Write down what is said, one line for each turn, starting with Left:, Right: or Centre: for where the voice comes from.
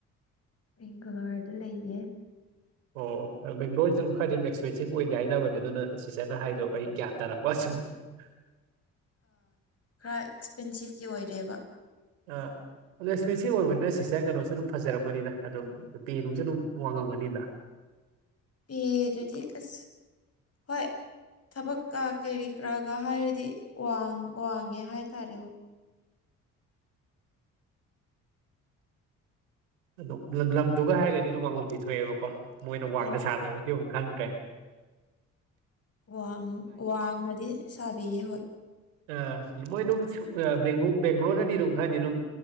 Left: ꯕꯦꯡꯒꯂꯥꯔꯗ ꯂꯩꯌꯦ
Right: ꯑꯣ ꯕꯒ꯭ꯂꯣꯔꯁꯨ ꯑꯗꯨꯝ ꯈꯔꯗꯤ ꯑꯗꯨꯝ ꯑꯦꯛꯁꯄꯦꯟꯁꯤꯞ ꯑꯣꯏꯒꯦ ꯍꯥꯏꯅꯕꯅꯦ ꯑꯗꯨꯅ ꯁꯤꯁꯔꯅ ꯍꯥꯏꯗꯣ ꯑꯩ ꯒ꯭ꯌꯥꯟ ꯇꯥꯔꯛꯄ ꯑꯁ <unintelligible>
Left: ꯈꯔ ꯑꯦꯛꯁꯄꯦꯟꯁꯤꯞꯀꯤ ꯑꯣꯏꯔꯦꯕ
Right: ꯑꯥ ꯑꯗꯨꯣ ꯑꯦꯛꯁꯄꯦꯟꯁꯤꯞ ꯑꯣꯏꯕꯅꯤꯅ ꯁꯤꯁꯇꯔ ꯀꯩꯅꯣꯁꯨ ꯑꯗꯨꯝ ꯐꯖꯔꯝꯒꯅꯤꯗ ꯑꯗꯨꯝ ꯅꯨ ꯄꯦ ꯅꯨꯡꯁꯨ ꯑꯗꯨꯝ ꯋꯥꯡꯉꯝꯒꯅꯤꯗ
Left: ꯑꯦ ꯑꯗꯨꯗꯤ ꯀꯁ ꯍꯣꯏ ꯊꯕꯛꯀ ꯀꯔꯤ ꯀꯔꯥꯒ ꯍꯥꯏꯔꯗꯤ ꯋꯥꯡꯉꯦ ꯍꯥꯏ ꯇꯔꯦ ꯍꯣꯏ
Right: ꯑꯗꯨꯝ ꯂꯝꯗꯨꯒ ꯍꯥꯏꯔꯒꯗꯤ ꯑꯗꯨꯝ ꯋꯥꯡꯒꯣꯝꯗꯤ ꯊꯣꯛꯑꯦꯕꯀꯣ ꯃꯣꯏꯅ ꯋꯥꯡꯗ
Left: ꯍꯣꯏ
Right: ꯁꯥꯗꯕꯗꯤ ꯈꯪ꯭ꯔꯦ
Left: ꯋꯥꯡ ꯋꯥꯡꯅꯗꯤ ꯁꯥꯕꯤꯌꯦ ꯍꯣꯏ
Right: ꯑ ꯃꯣꯏ ꯑꯗꯨꯝꯕ ꯕꯦꯡꯒ꯭ꯂꯣꯔꯅꯗꯤ ꯑꯗꯨꯝ ꯈꯔꯅꯤ ꯑꯗꯨꯝ